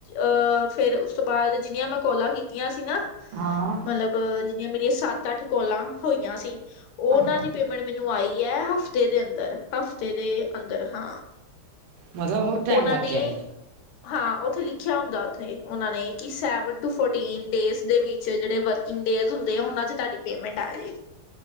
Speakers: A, on the left (about 90°); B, on the right (about 80°).
A: ਅਹ ਫੇਰ ਉਸ ਤੋਂ ਬਾਅਦ ਜਿੰਨੀਆਂ ਮੈਂ ਕੋਲਾਂ ਕੀਤੀਆਂ ਸੀ ਨਾ।
B: ਹਾਂ।
A: ਮਤਲਬ ਜਿੰਨੀਆਂ ਮੇਰੀਆਂ ਸੱਤ ਅੱਠ ਕੋਲਾਂ ਹੋਈਆਂ ਸੀ। ਉਹਨਾਂ
B: ਅੱਛਾ
A: ਦੀ ਮ ਮੈਨੂੰ ਆਈ ਹੈ ਹਫ਼ਤੇ ਦੇ ਅੰਦਰ, ਹਫ਼ਤੇ ਦੇ ਅੰਦਰ ਹਾਂ।
B: ਮਤਲਬ ਹੋਰ ਟਾਈਮ
A: ਉਹਨਾਂ
B: ਲੱਗ
A: ਨੇ
B: ਗਿਆ ਸੀ
A: ਹਾਂ ਉੱਥੇ ਲਿਖਿਆ ਹੁੰਦਾ ਉੱਥੇ ਉਹਨਾਂ ਨੇ ਕਿ ਸੈਵਨ ਟੂ ਫੋਟਨ ਡੇਅਜ ਦੇ ਵਿੱਚ ਜਿਹੜੇ ਵਰਕਿੰਗ ਡੇਅਜ ਹੁੰਦੇ ਉਹਨਾਂ 'ਚ ਤੁਹਾਡੀ ਪੇਮੈਂਟ ਆ ਜੇ ਗਈ।